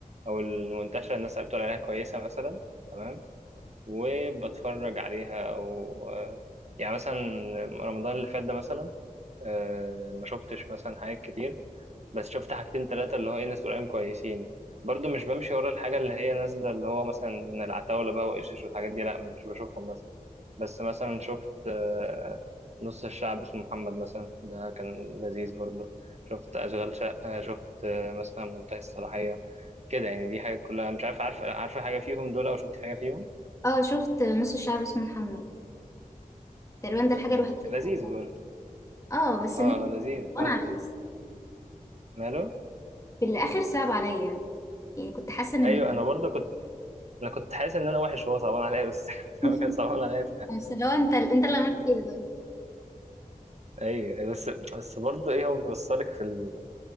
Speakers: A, on the right; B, on the left.
A: أو المنتشرة الناس اللي بتقول عليها كويسة مثلا تمام وبتفرج عليها أو آه، يعني مثلا رمضان اللي فات ده مثلا آه، ما شفتش مثلا حاجات كتير بس شفت حاجتين تلاتة اللي هو ايه ناس قريبين كويسين برضو مش بمشي ورا الحاجة اللي هي نازلة اللي هو مثلا العتاولة بقى وإيشيش والحاجات دي لأ مش بشوفهم مثلا بس مثلا شفت آه، نص الشعب اسمه محمد مثلا ده كان لذيذ برضو شفت أشغال شقة شفت آه، مثلا منتهي الصلاحية كده يعني دي حاجة كلها مش عارف عارف عارفة حاجة فيهم دول أو شفت حاجة فيهم
B: اه شفت نص الشعب اسمه محمد تقريبا ده الحاجة
A: مم.
B: الوحيدة اللي
A: لذيذ
B: تابعتها
A: برضو
B: اه بس
A: اه آه، لذيذ <laughs>
B: وانا
A: كوميدي
B: عامله لسه
A: ماله
B: في الاخر صعب عليا يعني كنت حاسه ان
A: أيوة أنا برضو كنت أنا كنت حاسس إن أنا وحش وهو صعبان عليا بس <laughs>
B: <laughs>
A: هو كان صعبان عليا
B: بس لو انت انت اللي عملت كده طيب
A: اي بس بس برضه ايه هو بيوصلك في ال...